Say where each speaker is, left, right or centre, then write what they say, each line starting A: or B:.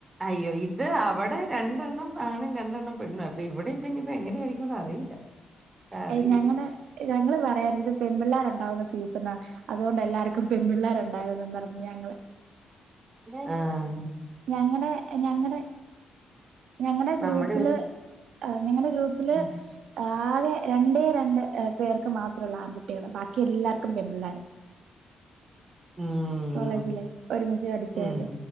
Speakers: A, on the right; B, on the right.
A: അയ്യോ ഇത് ആ ഇവിടെ രണ്ടെണ്ണം ആണും രണ്ടെണ്ണം പെണ്ണു അപ്പൊ ഇവിടെ പിന്ന ഇപ്പൊ എങ്ങനെയ ആായിരിക്കുംന്ന് അറിയില്ല അറിയില്ല
B: അ ഞങ്ങത പറ പെിള്ളേർണ്ടുന്ന സീസ അൊല്ല പിൻ പിിള്ളേരുണ്ടായന്ന് പറഞ്ഞ് ഞങ്ങള്
A: ആഹ
B: ഞങ്ങളടെ ഞങ്ങളടെ ഞങ്ങളടെ ഗ്രൂപ്പില്
A: നമ്മുടെ ഒരു
B: നിങ്ങള ഗ്രൂപ്പില്
A: ഉം
B: ആകെ രണ്ടേ രണ്ട് പേർക്ക് മാത്രമ ഉള്ള ആൺകുട്ടികള് ബാക്കി എല്ലാർക്കും പെപിള്ളേർ
A: ഉം
B: കോളേജിലെ ഒരുമിച്ച് അടിച്ചര
A: ഉം